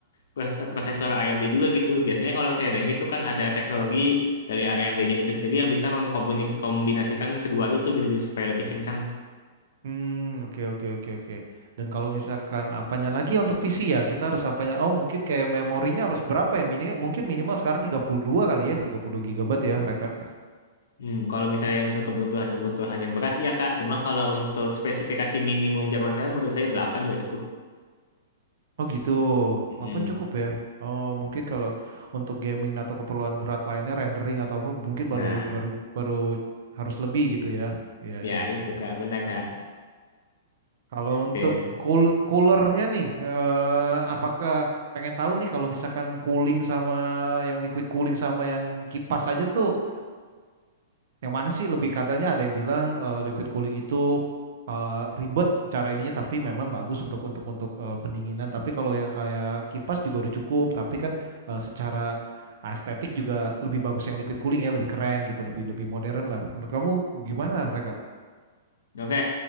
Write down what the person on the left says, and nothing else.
pros- prosesor AMD juga gitu. Biasanya kalau saya dengar itu kan ada teknologi dari AMD-nya itu sendiri yang bisa mengkombinasikan kedua itu gitu jadi supaya lebih kencang.
Hmm, kalau misalnya untuk kebutuhan-kebutuhan yang berat ya Kak, cuma kalau untuk spesifikasi minimum zaman sekarang menurut saya 8 juga cukup.
Mm-mm.
Nah,
ya
itu
Kak, benar Kak.
Oke.
Oke,